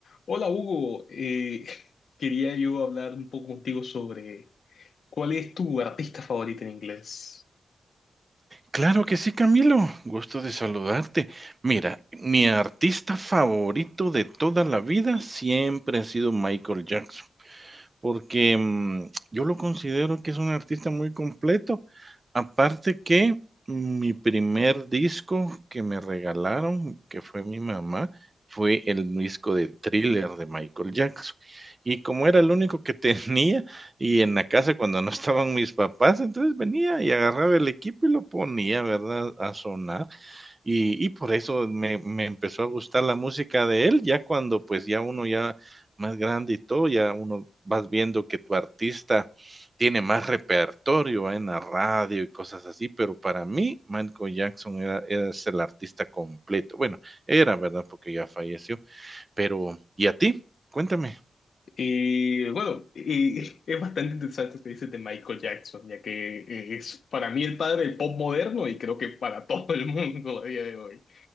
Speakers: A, on the left (about 55°); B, on the right (about 25°).
A: Hola Hugo, Eh, <laughs> quería yo hablar un poco contigo sobre cuál es tu artista favorito en inglés.
B: Claro que sí, Camilo. Gusto de saludarte. Mira, mi artista favorito de toda la vida siempre ha sido Michael Jackson. porque mm, yo lo considero que es un artista muy completo. Aparte que mi primer disco que me regalaron, que fue mi mamá, fue el disco de Thriller de Michael Jackson. Y como era el único que <laughs> tenía, y en la casa cuando no estaban mis papás, entonces venía y agarraba el equipo y lo ponía, ¿verdad? A sonar. Y, y por eso me, me empezó a gustar la música de él, ya cuando pues ya uno ya más grande y todo, ya uno vas viendo que tu artista tiene más repertorio ¿eh? en la radio y cosas así, pero para mí Michael Jackson era, era- es el artista completo. Bueno, era verdad porque ya falleció, pero ¿y a ti? Cuéntame.
A: Eh, bueno, eh, <laughs> es bastante interesante lo que dices de Michael Jackson, ya que eh, es para mí el padre del pop moderno y creo que para <laughs> todo el mundo a día de hoy.